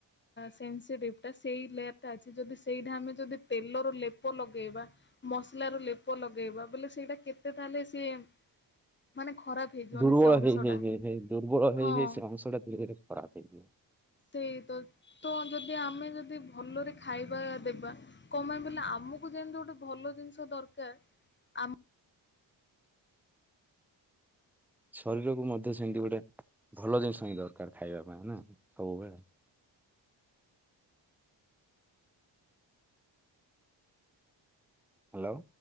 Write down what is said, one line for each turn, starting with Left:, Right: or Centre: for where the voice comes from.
Left: ସେନ୍ସିଟିଭ ଟା ସେଇ ଲେୟାର ଟା ଅଛି ଯଦି ସେଇଟା ଆମେ ଯଦି ତେଲର ଲେପ ଲଗେଇବା। ମସଲା ର ଲେପ ଲଗେଇବା ବୋଲି ସେଇଟା କେତେ ତାହେଲେ ସିଏ ମାନେ ଖରାପ ହେଇଯିବନି
Centre: ଦୁର୍ବଳ
Left: ସେ ଅଂଶଟା
Centre: ହେଇ ହେଇ ହେଇ ହେଇ ଦୁର୍ବଳ ହେଇ
Left: ହଁ।
Centre: ହେଇ ସେ ଅଂଶ ଟା ଧୀରେ ଧୀରେ ଫରାପ୍ ହେଇଯିବ।
Left: ସେଇ ତ ତ ଯଦି ଆମେ ଯଦି ଭଲରେ ଖାଇବା ଦେବା କମା ବଲେ ଆମକୁ ଯେମିତି ଗୋଟେ ଭଲ ଜିନିଷ ଦରକାର ଆମ
Centre: ଶରୀରକୁ ମଧ୍ୟ ସେମିତି ଗୋଟେ ଭଲ ଜିନିଷ ହି ଦରକାର ଖାଇବା ପାଇଁ ନା ସବୁବେଳେ।
Left: ଆ
Centre: ହ୍ୟାଲୋ।